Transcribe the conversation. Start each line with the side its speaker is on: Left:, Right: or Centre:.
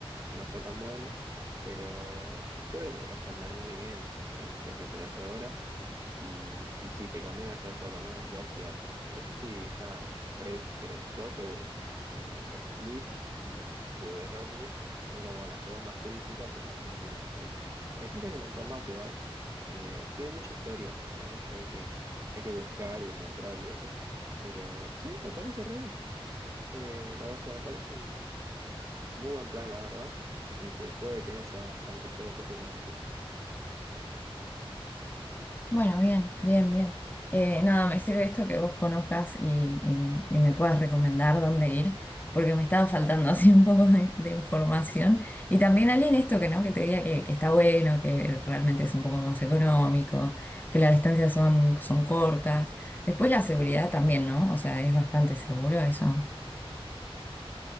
Right: no está tan bueno, pero yo creo que vas a andar muy bien eh, si vas a Croacia ahora. Y, y sí, te conviene hacer por lo menos dos ciudades. No sé si ya tres, pero dos seguro. Eh, Split y Dubrovnik son como las dos más turísticas y las dos más lindas, me parece. Después hay un montón más igual. Eh, tiene mucha historia, nada más que hay que, hay que buscar y encontrar y eso. Pero sí, me parece re bien. Eh, la- o sea, me parece un, un muy buen plan, la verdad, y que puede que no sea tan costoso como decís.
Left: Bueno, bien, bien, bien. Eh, nada, me sirve esto que vos conozcas y, y- y me puedas recomendar dónde ir, porque me estaba faltando <laughs> así un poco de, de información. Y también alguien esto que no, que te diga que, que está bueno, que realmente es un poco más económico, que las distancias son, son cortas. Después la seguridad también, ¿no? O sea, es bastante seguro eso.